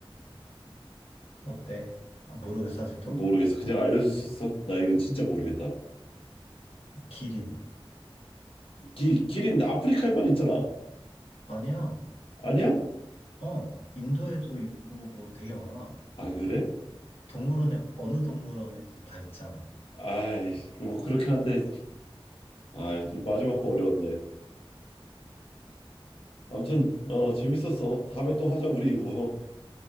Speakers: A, on the left; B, on the left.
A: 어때? 아, 모르겠어, 아직도?
B: 모르겠어. 그냥 알려줄 수 있어? 나 이건 진짜 모르겠다.
A: 기린.
B: 기, 길인데 아프리카에만 있잖아.
A: 아니야.
B: 아니야?
A: 어, 인도에도 있고 뭐 되게 많아.
B: 아, 그래?
A: 동물원에 어느 동물원에든 다 있잖아.
B: 아이, 뭐 그렇긴 한데. 아, 이 마지막 거 어려웠네. 아무튼 어 재밌었어. 다음에 또 하자 우리 이거.